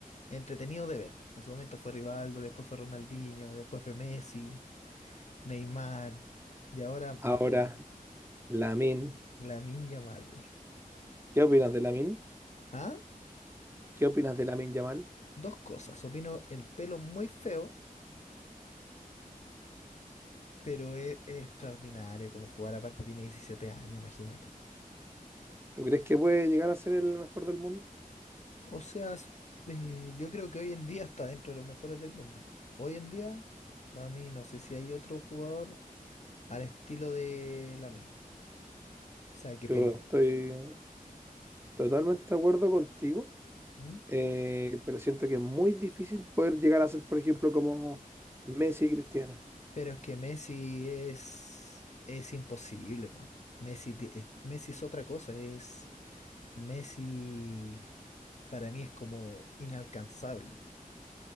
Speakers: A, on the left; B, on the right.
A: entretenidos de ver. En su momento fue Rivaldo, después fue Ronaldinho, después fue Messi, Neymar, y ahora,
B: Ahora,
A: imagínate,
B: Lamine.
A: Lamine Yamal.
B: ¿Qué opinas de Lamine?
A: ¿Ah?
B: ¿Qué opinas de Lamine Yamal?
A: Dos cosas. Opino el pelo muy feo, pero es, es extraordinario como jugar. Aparte tiene 17 años, imagínate.
B: ¿Tú crees que puede llegar a ser el mejor del mundo?
A: O sea, es- eh, yo creo que hoy en día está dentro de los mejores del mundo. Hoy en día, para mí, no sé si hay otro jugador. al estilo de Lamine. O sea, que
B: Yo
A: pelea.
B: estoy totalmente de acuerdo contigo.
A: ¿Mm?
B: Eh, pero siento que es muy difícil poder llegar a ser, por ejemplo, como Messi y Cristiano.
A: Pero es que Messi es, es imposible, pues. Messi, ti- es- Messi es otra cosa, es Messi para mí es como inalcanzable.